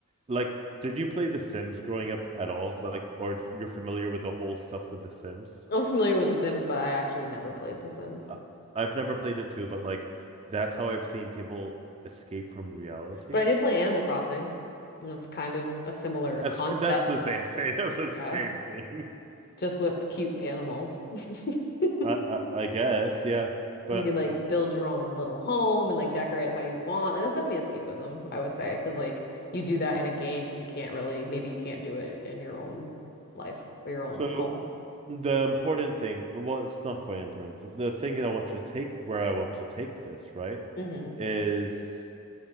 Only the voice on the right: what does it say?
like did you play The Sims growing up at all? Like, or you're familiar with the whole stuff with The Sims?
I- I've never played it too, but like that's how I've seen people escape from reality.
As,
that's the same thing. <laughs> That's the
same thing.
I, I I guess, yeah. But
so
the important thing, well, it's not quite important. The, the thing that I want to take where I want to take this, right,
is